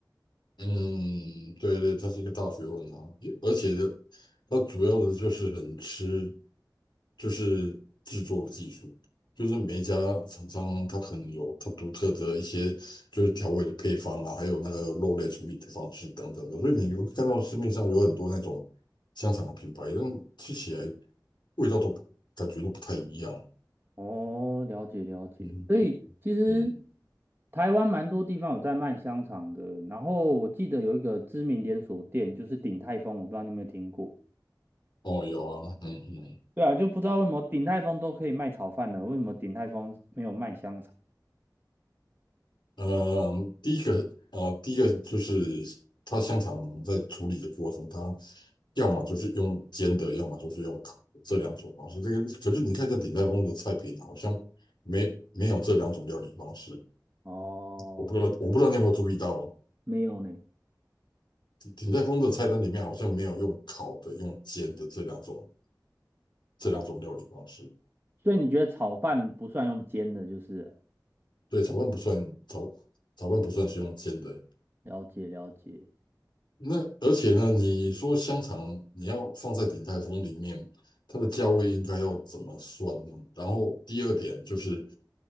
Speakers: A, on the left; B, on the right.
A: 嗯，对对，它是一个大学问啊，也而且的，它主要的就是很吃，就是制作技术，就是每一家厂商它可能有它独特的一些就是调味的配方啊，还有那个肉类处理的方式等等的，所以你会看到市面上有很多那种香肠的品牌，但吃起来味道都不感觉都不太一样。
B: 哦，了解了解。
A: 嗯
B: 所以其实
A: 嗯，
B: 台湾蛮多地方有在卖香肠的，然后我记得有一个知名连锁店就是鼎泰丰，我不知道你有没有听过。
A: 哦，有啊，嗯嗯。
B: 对啊，就不知道为什么鼎泰丰都可以卖炒饭了，为什么鼎泰丰没有卖香肠？
A: 呃，第一个，呃，第一个就是它香肠在处理的过程，它要么就是用煎的，要么就是用烤的这两种方式。这个可是你看一下鼎泰丰的菜品，好像没没有这两种料理方式。
B: 哦，
A: 我不知道，我不知道你有没有注意到哦，
B: 没有呢。
A: 鼎鼎泰丰的菜单里面好像没有用烤的、用煎的这两种这两种料理方式。
B: 哦，所以你觉得炒饭不算用煎的，就是了
A: 对，炒饭不算，炒炒饭不算是用煎的。
B: 了解了解。
A: 那而且呢，你说香肠你要放在鼎泰丰里面，它的价位应该要怎么算呢？然后第二点就是，